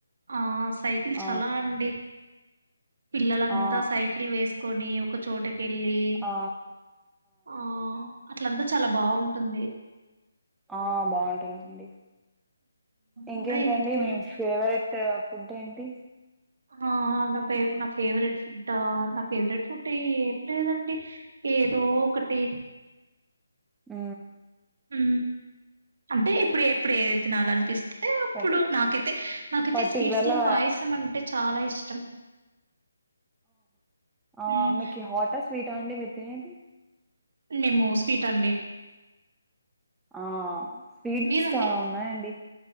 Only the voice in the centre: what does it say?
ఆ
ఆ
ఆ
ఆ బాగుంటుందండి ఇంకేంటండి
మేము ఫేవరెట్ ఫుడ్ ఏంటి
ఆ
పట్టి
పర్టికులర్
గా
ఆ
మీకి హటస్ స్వీట్ ఆడి వితేనేది
ఆ స్పీడ్స్
చాలా ఉన్నాయంండి